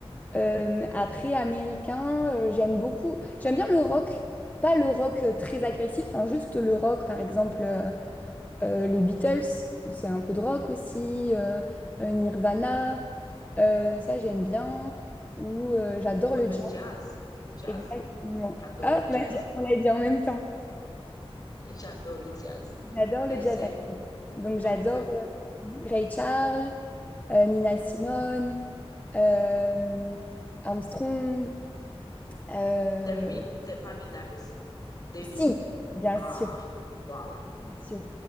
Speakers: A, on the left (about 15°); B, on the left (about 40°).
A: Euh, après, américain, euh, j'aime beaucoup. J'aime bien le rock. Pas le rock euh, très agressif, hein, juste le rock, par exemple, euh, euh, les Beatles, c'est un peu de rock aussi, euh, euh, Nirvana, euh, ça j'aime bien. Ou euh, j'adore
B: Écoute
A: le
B: le
A: jazz,
B: jazz. Le jazz.
A: exactement.
B: J'adore
A: Ah,
B: le
A: on
B: jazz.
A: l'a dit, on l'a dit en même temps.
B: J'adore le jazz.
A: J'adore
B: C'est,
A: le jazz.
B: c'est
A: Donc j'adore
B: un peu,
A: euh, Ray Charles, euh, Nina Simone, euh, Armstrong. euh,
B: t'aimes Mil- t'aimes pas Miles Davis? Davis.
A: Si, bien
B: Ah,
A: sûr,
B: voilà.
A: bien sûr.